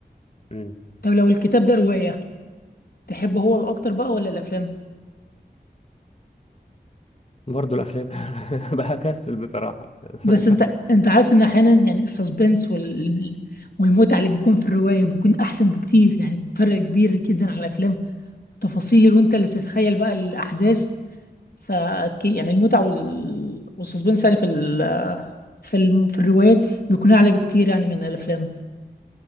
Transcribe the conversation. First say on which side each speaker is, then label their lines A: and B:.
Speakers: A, on the left; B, on the left.
A: مم.
B: طب لو الكتاب ده رواية تحب هو الاكتر بقى ولا الافلام
A: برضه الافلام <laughs> بكسل بصراحه <laughs>
B: بس انت انت عارف ان احيانا يعني السسبنس وال... والمتعه اللي بيكون في الروايه بيكون احسن بكتير يعني فرق كبير جدا على الافلام تفاصيل وانت اللي بتتخيل بقى الاحداث ف يعني المتعه وال... والسسبنس يعني في ال... في الم... في الروايات بيكون اعلى بكتير يعني من الافلام